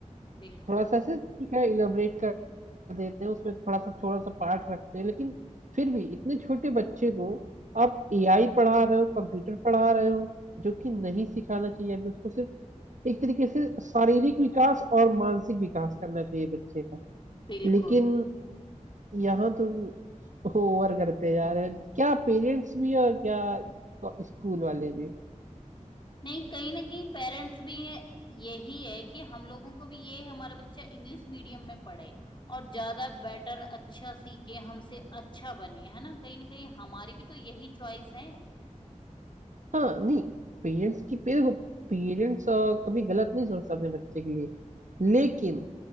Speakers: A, on the left; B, on the right.
A: बिल्कुल
B: थोड़ा सा ऐसे ठीक है इलेबरेट कर देते हैं उसमें थोड़ा सा छोटा सा पार्ट रखते हैं लेकिन फिर भी इतने छोटे बच्चे को आप एआई पढ़ा रहे हो कंप्यूटर पढ़ा रहे हो जो कि नहीं सिखाना चाहिए अभी उसको सिर्फ एक तरीके से शारीरिक विकास और मानसिक विकास करना चाहिए बच्चे का
A: बिल्कुल
B: लेकिन यहाँ तो ओवर करते जा रहे हैं क्या पेरेंट्स भी और क्या स्कूल वाले भी
A: नहीं कहीं ना कहीं पेरेंट्स भी यही है कि हम लोगों को भी ये है हमारा बच्चा इंग्लिश मीडियम में पढ़े और ज्यादा बेटर अच्छा सीखे हमसे अच्छा बने है ना कहीं ना कहीं हमारी भी तो यही चॉइस है
B: हाँ नहीं पेरेंट्स की पेरेंट्स कभी गलत नहीं सोचता अपने बच्चे के लिए लेकिन